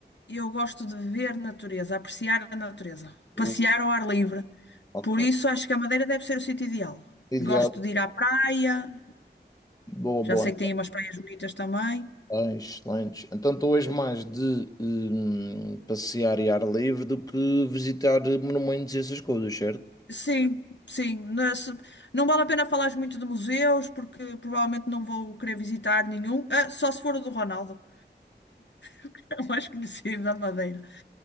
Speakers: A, on the left (about 75°); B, on the left (about 20°).
A: eu gosto de ver natureza, apreciar a natureza, passear
B: O-
A: ao ar livre.
B: Ok.
A: Por isso, acho que a Madeira deve ser o sítio ideal.
B: Ideal.
A: Gosto de ir à praia,
B: Boa, boa.
A: já sei que tem aí umas praias bonitas também.
B: Lanche, lanche. Então estou hoje mais de hum, passear e ar livre do que visitar monumentos e essas coisas, certo?
A: Sim, sim. Na se- Não vale a pena falar muito de museus, porque provavelmente não vou querer visitar nenhum, Ah, só se for o do Ronaldo, <laughs> o mais conhecido da Madeira.